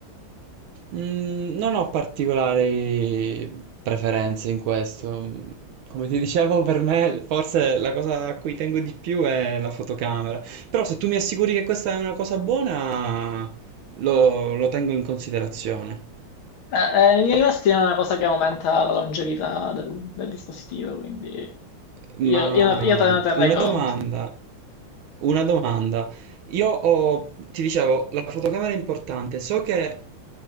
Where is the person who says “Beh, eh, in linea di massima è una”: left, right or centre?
Left